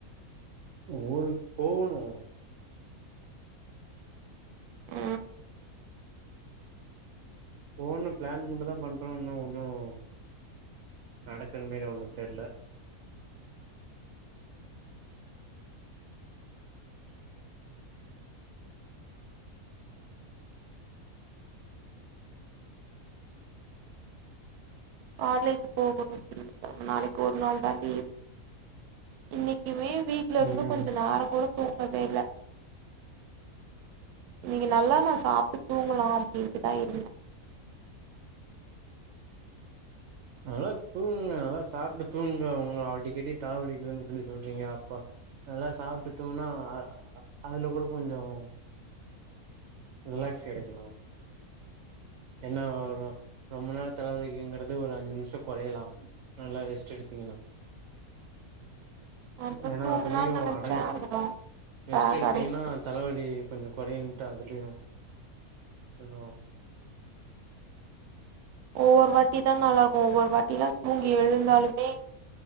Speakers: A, on the right; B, on the right.
A: ஊருக்கு போகணு
B: ஆ
A: ஒன்னு பிளான் மட்டும் தா பண்ணுறோ இன்னு ஒன்னும் நடக்குற மாரி ஒன்னும் தெர்ல
B: காலேஜ் போகணும் நாளைக்கு ஒரு நாள் தா லீவு இன்னைக்குமே வீட்டு்ல
A: ம்
B: இருந்து கொஞ்ச நேரோ கூட தூங்கவே இல்ல இன்னைக்கு நல்லா நா சாப்ட்டு தூங்கலா அப்டின்ட்டுதா இருந்தே
A: நல்லா தூங்குங்க நல்லா சாப்ட்டு தூங்க உங்க அடிக்கடி தலவலிக்துன்னு சொல்லி சொல்றீங்க அப்ப நல்லா சாப்ட்டு தூங்ககுன அதுல கூட கொஞ்சம் ரிலாக்ஸ் கெடைக்கலாம் என்ன ஒரு ரொம்ப நேர தலவலிக்குங்கிறது ஒரு அஞ்சு நிமிஷம் கொறையலாம் நல்லா ரெஸ்ட் எடுத்தீங்கன்னா
B: அப்றோ
A: ஏன்னா
B: தூங்கலான்னு
A: அதுலியும்
B: நெனச்சே
A: அடங்கும்
B: அப்றோ
A: ரெஸ்ட் எடுத்தீங்கன்னா
B: கடைசி
A: தலவலி கொஞ்சம் கோரைன்டு அதலியு இன்னு
B: ஒவ்வொரு வாட்டி தா நல்லா இருக்கும் ஒவ்வொரு வாட்டிலும் தூங்கி எழுந்தாலுமே